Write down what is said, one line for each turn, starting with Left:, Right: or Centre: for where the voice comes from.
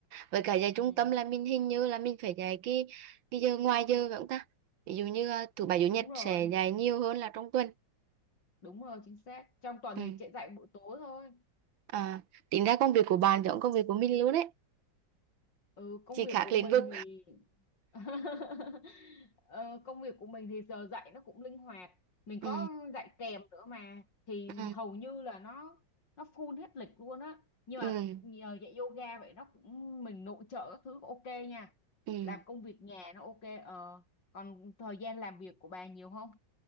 Right: Với cả dạy trung
Left: ừ
Right: tâm là mình hình như là mình phải dạy cái cái giờ ngoài giờ phải không ta ví dụ như à, thứ bảy chủ
Left: đúng
Right: nhật
Left: rồi
Right: sẽ dạy nhiều hơn là trong tuần
Left: đúng rồi chính xác trong tuần
Right: ừ.
Left: thì chạy dạy buổi tối thôi
Right: à, tính ra công việc của
Left: Ừ.
Right: bạn giống công việc của mình luôn đấy
Left: ừ công
Right: chỉ
Left: việc
Right: khác
Left: của
Right: lĩnh
Left: mình
Right: vực
Left: thì <laughs> Ờ, công việc của mình thì giờ dạy nó cũng linh hoạt mình
Right: ừ.
Left: có dạy kèm nữa mà thì
Right: Ừ.
Left: hầu như là nó nó full hết lịch luôn á nhưng
Right: Ừ.
Left: mà nhờ dạy yoga vậy nó cũng mình nội trợ các thứ ok nha
Right: Ừ.
Left: làm công việc nhà nó ok ờ còn thời gian làm việc của bà nhiều không